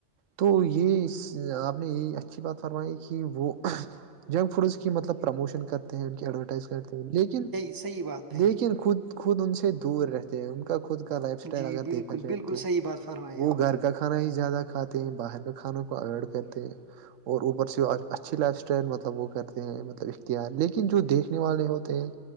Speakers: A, on the right; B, on the right.
A: تو یہ آپ نے یہ اچھی بات فرمائی کہ وہ جنک فوڈز کی مطلب پروموشن کرتے ہیں ان کی ایڈورٹائز کرتے ہیں لیکن
B: صحی بات ہے
A: دیکن خود خود ان سے دور رہتے ہیں ان کا خود خ کا لائف اسٹائل
B: جی
A: اگر
B: بالکل
A: دیکھا جائے
B: بالکل
A: تو
B: صحیح بات فرمائی
A: وہ
B: آپ
A: گھر
B: نے
A: کا ک کھانا ہی زیادہ کھاتے ہیں باہر کے کھانوں کو اوائڈ کرتے ہیں اور اوپر سے اچھی لائف اسٹائل مطلب وہ کرتے ہیں مطلب اختیار لیکن جو دیکھنے والے ہوتے ہیں